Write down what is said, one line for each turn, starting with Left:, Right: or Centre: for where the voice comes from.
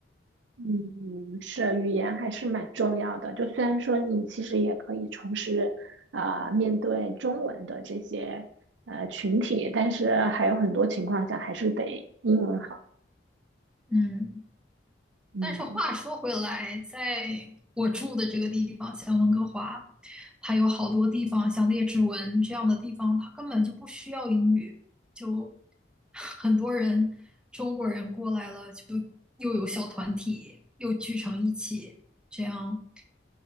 Right: 嗯是语言还是蛮重要的，就虽然说你其实也可以从事啊、呃面对中文的这些。呃群体，但是还有很多情况下还是得英文好。
Centre: 嗯。
Right: 嗯，
Centre: 但是话说回来，在我住的这个地方，像温哥华，它有好多地方，像列治文这样的地方，它根本就不需要英语，就很多人中国人过来了，就又有小团体，又聚成一起，这样